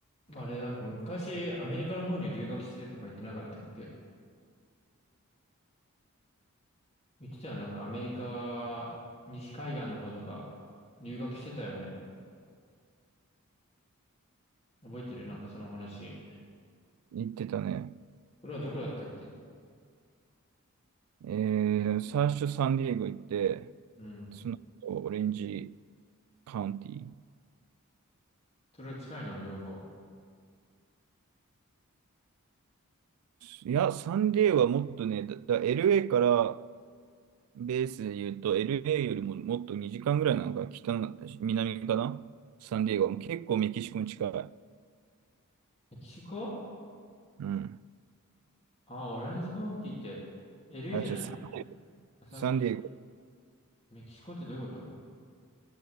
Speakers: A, on the left (about 30°); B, on the right (about 80°).
A: まあれ、なんか昔、アメリカの方に留学してるとか言ってなかったっけ言ってたよね、なんかアメリカ、西海岸の方とか、留学してたよね。覚えてるなんかその話。
B: 行ってたね。
A: それはどこだったっけ
B: えー、最初サンディエゴ行って、
A: うん。
B: その後オレンジカウンティ。
A: それは近いの、両方。
B: いや、サンディエゴはもっとね、だ、だ LA からベースで言うと、LA よりももっと2時間ぐらいなのか、北の、南かなサンディエゴはもう結構メキシコに近い。
A: メキシコ
B: うん。
A: あ、オランジカウンティって、LA
B: あ、
A: じゃないの
B: 違う、サン、
A: アサンディエゴ、
B: サンディエゴ
A: メキシコってどういうこと